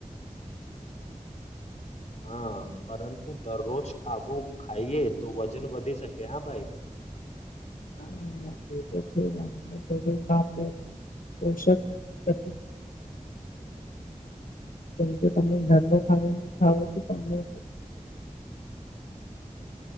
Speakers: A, on the left; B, on the left.
A: હા પરંતુ દરરોજ આવું ખાઈએ તો વજન વધી શકે હા ભાઈ <unintelligible> <inaudible>
B: હા એ તો છે પોષક પ્ર ખ થઈ શકે છે કેમ કે તમે ઘર ન ખાવા ખાવો છમને